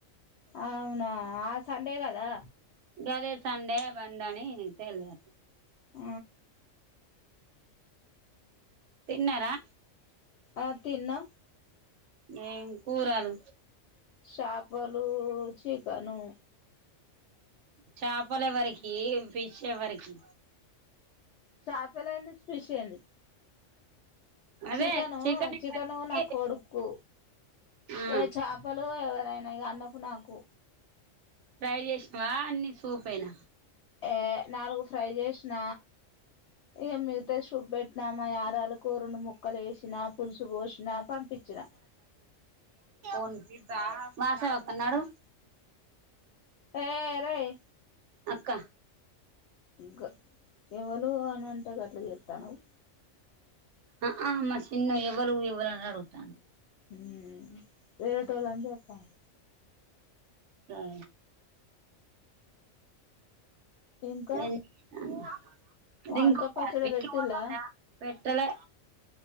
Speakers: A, on the left (about 65°); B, on the right (about 70°).
A: అవునా ఆ సండే గదా
B: గదే సండే బందని తెల్స్
A: ఊ
B: తిన్నరా!
A: ఆ తిన్నాం.
B: ఏం కూరల్
A: చాపలు చికెను
B: చాపల్ ఎవరికి ఫిష్ ఎవరికి
A: చాపలేందీ ఫీష్ ఏందీ.
B: అదే
A: చికను
B: చికెన్ ఎవరికి
A: చికను నా కొడుక్కు
B: ఆ
A: ఏ చాపలు ఎవరైనా ఇగ అన్న కు నాకు
B: ఫ్రై జేశినవా అన్ని సూపేన
A: ఏ నాలుగు ఫ్రై జేశిన ఇగ మిగితాయి షూప్ బెట్టిన మా యారాలుకు రెండు ముక్కలు ఏశిన పులుసు పోసిన పంపిచ్చిన
B: <inaudible> మాసవక్క నడువు
A: ఏ రేయ్
B: అక్క
A: క ఎవలు అని అంటే గట్ల జేతనవ్
B: ఆహా మా చిన్ను ఎవరు ఎవలనడుగుతాండు
A: ఉమ్ వేరేటోళ్ళన్ జెప్పాలి.
B: సరే
A: ఇంకా
B: ఏన్ <inaudible>
A: మామిడికాయ పచ్చడి
B: విక్కీ
A: పెట్టిల్లా
B: పోతండ పెట్టలే